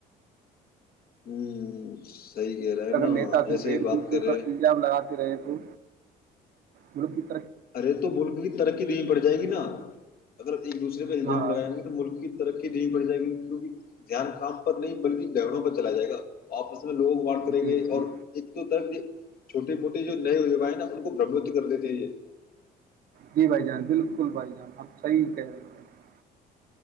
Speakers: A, on the left (about 60°); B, on the right (about 60°).
A: ہوں <inaudible> ہے نا
B: اگر نیتا
A: جیسے
B: صرف ایک
A: بات
B: دوسرے
A: کریں
B: پر الزام لگاتے رہے تو م <inaudible>
A: ارے تو ملک کی ترقی نہیں پڑ جائے گی نا اگر ایک دوسرے پہ الزام
B: ہاں
A: لگائیں گے تو ملک کی ترقی نہیںین پڑ جائےیں گی کیونکہ دھیان کام پر نہیں بلکہ جھگڑوں پر چلا جائے گا آاپس <unintelligible> لوگ وٹ کریں
B: جی
A: گے
B: جی
A: اور ایکت تو طرف <unintelligible> چھوٹے موٹے جو نئے و ہیں نا ان کو برمتو کر دیتے تھے یہ
B: جی بھائی جان بالکل بھائی جان آپ صحیح کہہ رہے ہو بھائی جان